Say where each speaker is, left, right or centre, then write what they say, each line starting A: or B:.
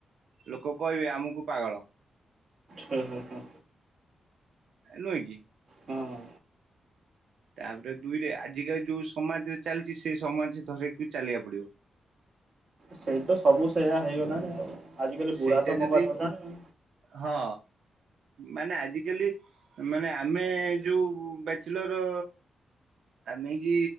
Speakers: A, on the right; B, on the right.
A: ଲୋକ କହିବେ ଆମକୁ ପାଗଳ।
B: ହଁ ହଁ ହଁ
A: ନୁହି କି
B: ହଁ
A: ତାପରେ ଦୁଇରେ ଆଜିକାଲି ଯୋଉ ସମାଜରେ ଚାଲିଛି ସେଇ ସମାଜ ଧରିକି ଚାଲିବାକୁ ପଡିବ।
B: ସେଇ ତ ସବୁ ସେଇୟା ହେଇଗଲାଣି ଆଉ। ଆଜିକାଲି
A: ସେଇଟା
B: ବୁଢା ତ ମୋବାଇଲ
A: ଯଦି
B: ଧରିଲାଣି
A: ହଁ ମାନେ ଆଜିିକାଲି ମାନେ ଆମେ ଯୋଉଁ ବ୍ୟାଚଲର ଆମେ କି